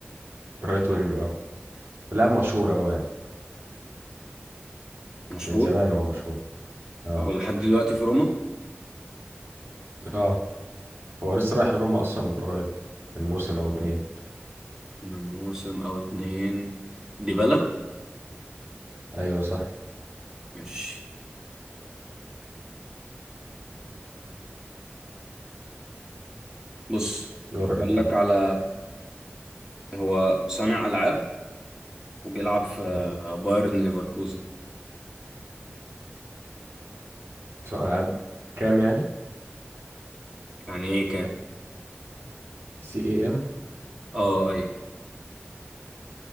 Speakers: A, on the right; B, on the right.
A: رايت وينج اه لاعب مشهور أوي يعني
B: مشهور
A: من زمان هو مشهور اه
B: هو لحد دلوقتي في روما
A: اه هو لسه رايح روما اصلا من قريب من موسم او اتنين
B: من موسم او اتنين ديبالا
A: ايوه صح
B: ماشي بص
A: دورك
B: اقول
A: انت
B: لك
A: بقى
B: على هو صانع العاب وبيلعب في
A: امم
B: بايرن ليفركوزن
A: سؤال العاب كام يعني
B: يعني ايه كام
A: سي اي ام
B: اه ايوه